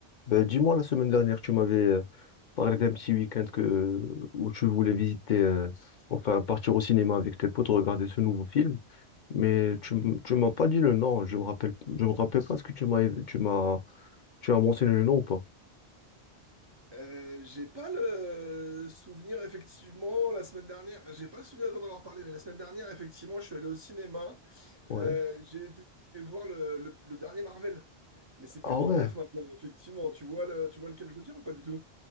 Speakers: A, on the left (about 55°); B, on the right (about 45°).
A: Ben, dis-moi, la semaine dernière, tu m'avais euh, parlé d'un petit week-end que, où tu voulais visiter, euh, enfin partir au cinéma avec tes potes, regarder ce nouveau film. Mais tu, m- tu m'as pas dit le nom, je me rappelle, je me rappelle pas ce que tu m'as, tu m'as, tu as mentionné le nom ou pas?
B: Euh, j'ai pas le souvenir effectivement la semaine dernière, j'ai pas le souvenir d'en avoir parlé, mais la semaine dernière effectivement je suis allé au cinéma,
A: Ouais.
B: Euh, j'ai été voir le, le- le dernier Marvel, mais c'est plus
A: Ah
B: tout
A: ouais.
B: neuf maintenant effectivement, tu vois le, tu vois lequel je veux dire ou pas du tout?